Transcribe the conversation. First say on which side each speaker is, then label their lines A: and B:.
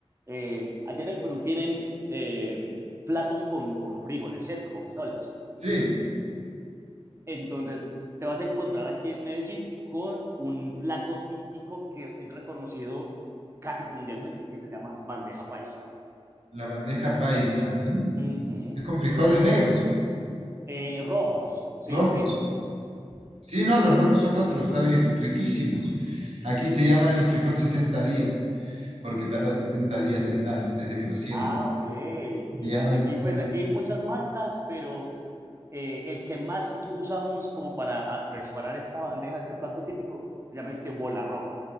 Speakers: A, on the right; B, on the right.
A: eh, allá en el Perú tienen eh, platos con, con frijoles, ¿cierto? Con frijoles.
B: Sí,
A: Entonces, te vas a encontrar aquí en Medellín con un plato típico que es reconocido casi que mundialmente, que se llama bandeja paisa.
B: la bandeja paisa. mm.
A: Ujú.
B: Es con frijoles negros,
A: Eh, rojos, sí,
B: rojos.
A: negros.
B: Sí, no, los rojos son otros, está bien, riquísimos. Aquí se llaman el frijol 60 días, porque tarda 60 días en dar desde que lo siembran.
A: Ah, ok. Mira,
B: Le llaman
A: aquí
B: el frijol
A: pues aquí
B: ses-
A: hay muchas marcas, pero eh, el que más usamos como para ah, preparar esta bandeja, este plato típico, se llama es que bola roja.